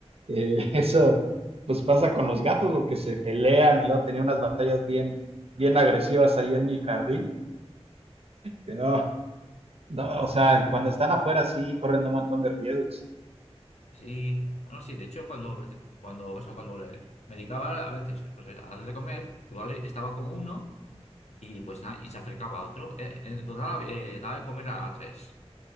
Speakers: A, on the right (about 60°); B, on the left (about 80°).
A: Eh, eso, pues pasa con los gatos, porque se pelean y luego tenía unas batallas bien, bien agresivas ahí en mi jardín que no, no, o sea, cuando están afuera sí corren un montón de riesgos.
B: Sí, bueno, sí, de hecho, cuando, cuando, eso, cuando le- me dedicaba a veces pues, a darle de comer, igual estaba con uno y pues nada, y se acercaba a otro. Eh, En total, eh, daba de comer a, a tres.